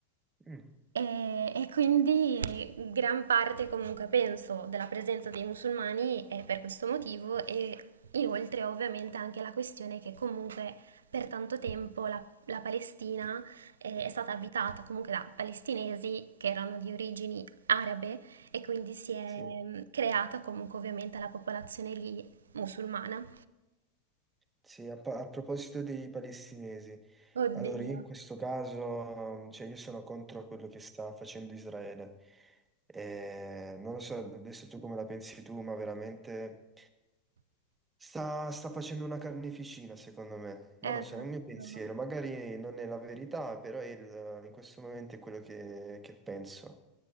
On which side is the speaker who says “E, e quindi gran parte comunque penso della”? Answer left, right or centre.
Right